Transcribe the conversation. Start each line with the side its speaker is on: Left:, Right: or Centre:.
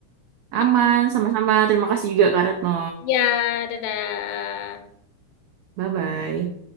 Right: Aman,
Left: Ak-
Right: sama-sama. Terima kasih juga Kak Retno.
Left: ya dadah
Right: Bye-bye.